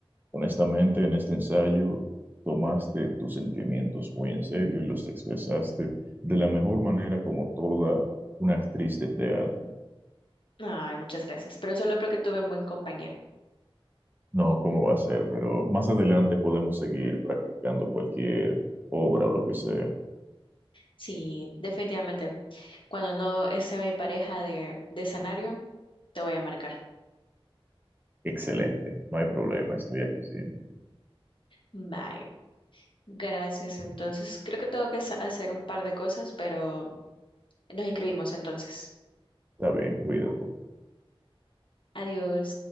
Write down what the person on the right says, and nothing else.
honestamente en este ensayo tomaste tus sentimientos muy en serio y los expresaste de la mejor manera como toda una actriz de teatro.
No, cómo va a ser, pero más adelante podemos seguir practicando cualquier obra o lo que sea.
Excelente, no hay problema, estoy aquí siempre.
Está bien, cuídate.